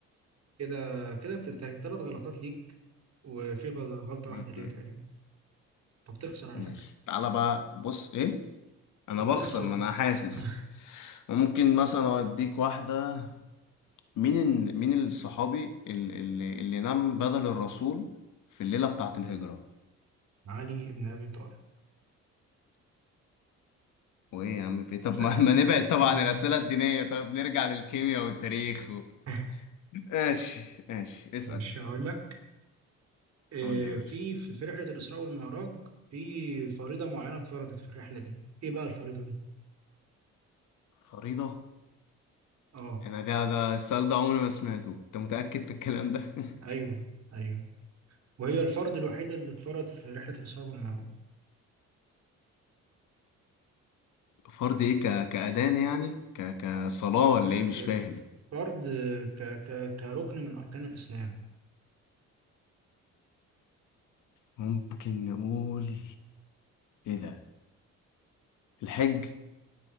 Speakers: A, on the right (about 55°); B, on the left (about 80°).
A: كده كده بتنتهي تلات غلطات ليك وفي غل- غلطة
B: مم.
A: واحدة ليا تقريبا طب تخسر على
B: ماشي
A: فكرة
B: تعالى بقى بص ايه انا
A: طب
B: بخسر
A: تخسر
B: ما انا حاسس
A: <laughs>
B: ممكن مثلا اوديك واحدة مين ال... مين الصحابي اللي, اللي اللي نام بدل الرسول في الليلة بتاعة الهجرة
A: علي ابن ابي طالب
B: وايه يا عم في إيه؟ طب
A: سهلة
B: ما... ما
A: سهلة
B: نبعد
A: سهلة
B: طبعا عن الأسئلة الدينية طب نرجع للكيمياء والتاريخ و...
A: <laughs>
B: ماشي ماشي اسأل
A: مش هقول لك آه،
B: قول لي يا باشا
A: في في في رحله الاسراء والمعراج في فريضه معينه اتفرضت في الرحله دي ايه بقى الفريضه دي
B: فريضة
A: اه
B: انا ده ده السؤال ده عمري ما سمعته انت متأكد من الكلام ده <laughs>
A: ايوه ايوه وهي الفرض الوحيد اللي اتفرض في رحله الاسراء والمعراج
B: فرض ايه ك... كأذان يعني ك... كصلاة ولا
A: آه،
B: ايه مش فاهم
A: فرض آه، ك ك كركن من اركان الاسلام
B: ممكن نقول ايه ده الحج